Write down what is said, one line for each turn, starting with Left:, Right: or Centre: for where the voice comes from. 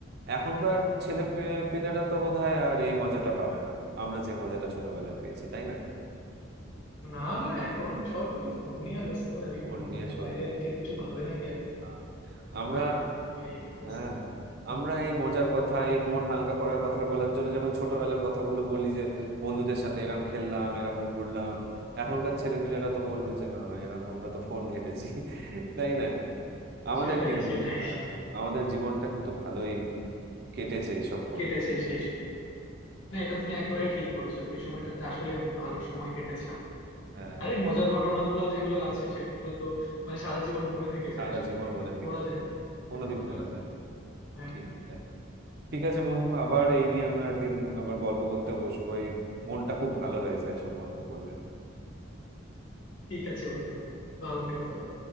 Right: এখনকার ছেলে পে- পিলেরা তো বোধহয় আর এই মজাটা পাবে না আমরা যে মজাটা ছোটবেলায় পেয়েছি তাই না
Left: না না এখন সব ওই ফোন নিয়ে ব্যস্ত ওই
Right: ওর
Left: ফোনের
Right: নিয়ে সত্যি
Left: বাইরে আর কেউ কিছু ভাবে না কি
Right: আহ, আমরা
Left: সবাই এখন ফোন নিয়ে এই যে ব্যস্ত
Right: হ্যাঁ আমরা এই মজার কথা এই মন হালকা করার কথা বলার জন্য যখন ছোটবেলার কথাগুলো বলি যে বন্ধুদের সাথে এরম খেললাম এরকম ঘুরলাম এখনকার ছেলেপিলেরা তো বলবে যে না এরকম আমরা তো ফোন ঘেঁটেছি <laughs> তাই না আমাদের
Left: সেটাই
Right: কিন্তু
Left: সেটাই
Right: হ্যাঁ আমাদের জীবনটা কিন্তু ভালোই কেটেছে এইসব করে
Left: কেটেছে সেই না এটা তুমি একেবারে ঠিক বলেছো ওই সময়টাতে আসলে অনেক ভালো সময় কেটেছে আমাদের
Right: হ্যাঁ
Left: আরে মজার ঘটনাগুলো যেগুলো আছে সেগুলো তো মানে সারা জীবন মনে থেকে
Right: সারা
Left: যায় আসলে
Right: জীবন
Left: এটা
Right: মনে
Left: তো
Right: থাকে
Left: ভোলা যায় না
Right: কোনোদিন
Left: যে মজার
Right: ভোলা যায় না।
Left: হ্যাঁ
Right: ঠিকই তাই ঠিক আছে বন্ধু আবার এই নিয়ে আমরা একদিন আবার গল্প করতে বসবো এই মনটা খুব ভালো হয়ে যায় সব গল্প করলে
Left: ঠিক আছে বন্ধু ভালো থেকো তাহলে